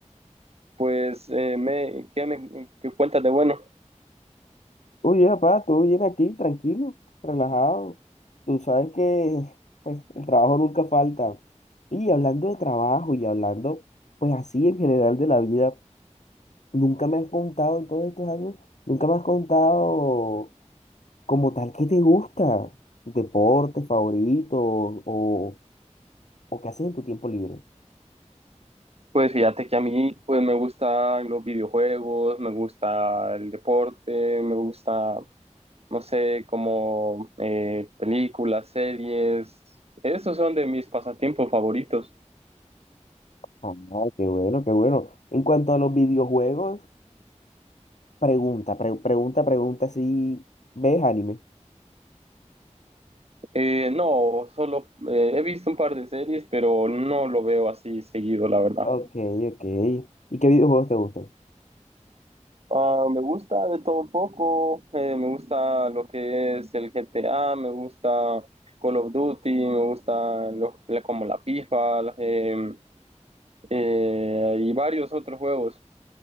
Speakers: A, on the right (about 55°); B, on the left (about 70°).
A: pues, eh, me, ¿qué me qué cuentas de bueno?
B: Uy, papá, todo bien aquí, tranquilo, relajado. Tú sabes que, pues, el trabajo nunca falta. Y hablando de trabajo y hablando, pues, así en general de la vida, nunca me has contado en todos estos años, nunca me has contado como tal qué te gusta, deporte favorito o, o qué haces en tu tiempo libre.
A: Pues fíjate que a mí pues me gustan los videojuegos, me gusta el deporte, me gusta, no sé, como eh, películas, series. Esos son de mis pasatiempos favoritos.
B: Ah, qué bueno, qué bueno. En cuanto a los videojuegos, Pregunta, pre- pregunta, pregunta si ves anime.
A: Eh, no, solo eh, he visto un par de series, pero no lo veo así seguido, la verdad.
B: Ok, ok. ¿Y qué videojuegos te gustan?
A: Ah, me gusta de todo un poco, eh, me gusta lo que es el GTA, me gusta Call of Duty, me gusta lo- la- como la FIFA eh, eh, y varios otros juegos.